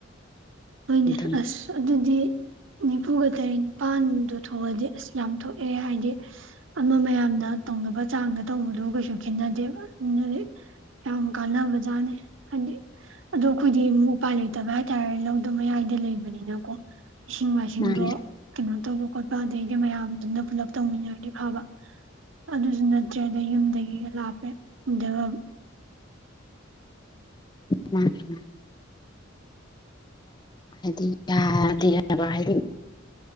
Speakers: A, on the right; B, on the left.
A: ꯑꯣꯏꯅꯦ
B: ꯑꯗꯨꯅ
A: ꯑꯁ__ ꯑꯗꯨꯗꯤ ꯅꯤꯐꯨꯒ ꯇꯔꯦꯠ ꯅꯤꯄꯥꯜꯗꯣ ꯊꯣꯛꯑꯗꯤ ꯑꯁ ꯌꯥꯝ ꯊꯣꯛꯑꯦ ꯍꯥꯏꯗꯤ__ ꯑꯃ ꯃꯌꯥꯝꯅ ꯇꯧꯅꯕ ꯆꯥꯡꯗ ꯇꯧꯕꯗꯣ ꯀꯩꯁꯨ__ ꯈꯦꯠꯅꯗꯦꯕ ꯑꯗꯨꯗꯤ ꯌꯥꯝ ꯀꯥꯟꯅꯕꯖꯥꯠꯅꯤ ꯍꯥꯏꯗꯤ__ ꯑꯗꯣ ꯈꯣꯏꯗꯤ ꯎꯄꯥꯏ ꯂꯩꯇꯕ ꯍꯥꯏꯇꯥꯔꯦ ꯂꯧꯗꯣ ꯃꯌꯥꯏꯗ ꯂꯩꯕꯅꯤꯅꯀꯣ꯫ ꯏꯁꯤꯡ ꯃꯥꯏꯁꯤꯡꯗꯣ
B: ꯃꯥꯅꯤ
A: ꯀꯩꯅꯣ ꯇꯧꯕ ꯈꯣꯠꯄ ꯑꯗꯩꯗ ꯃꯌꯥꯝꯗꯨꯝꯅ ꯄꯨꯂꯞ ꯇꯧꯃꯤꯟꯅꯔꯗꯤ ꯐꯕ꯫ ꯑꯗꯨꯁꯨ ꯅꯠꯇ꯭ꯔꯦ ꯑꯗ ꯌꯨꯝꯗꯒꯤꯒ ꯂꯥꯞꯄꯦ ꯑꯗꯨꯒ__
B: ꯑꯝ ꯍꯥꯏꯗꯤ ꯌꯥꯗꯤ ꯍꯥꯏꯕ ꯍꯥꯏꯗꯤ